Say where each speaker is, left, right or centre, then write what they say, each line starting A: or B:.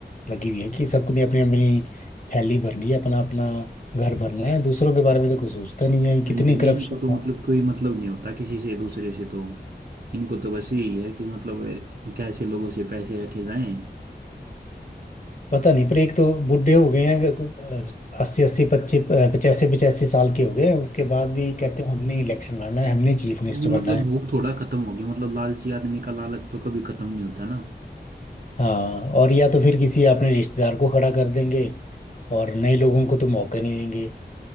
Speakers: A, on the left; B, on the right.
A: लगी हुई है कि सबने अपनी अपनी थैली भरनी है अपना अपना घर भरना है दूसरों के बारे में तो कुछ सोचता नहीं है
B: नहीं
A: कितनी
B: नहीं
A: करप्शन
B: इनको तो मतलब
A: है
B: कोई मतलब नहीं होता किसी से दूसरे से तो इनको तो बस यही है कि मतलब अ, कैसे लोगों से पैसे ऐंठे जाएं
A: पता नहीं पर एक तो बूढ़े हो गए हैं अस्सी अस्सी पच्चीस पचासी पचासी साल के हो गए हैं उसके बाद भी कहते हैं हमने इलेक्शन लड़ना है हमने चीफ मिनिस्टर
B: वो मतलब
A: बनना है
B: भूख थोड़ा खत्म होगी मतलब लालची आदमी का लालच तो कभी खत्म नहीं होता ना
A: हाँ और या तो फिर किसी अपने रिश्तेदार को खड़ा कर देंगे और नए लोगों को तो मौका नहीं देंगे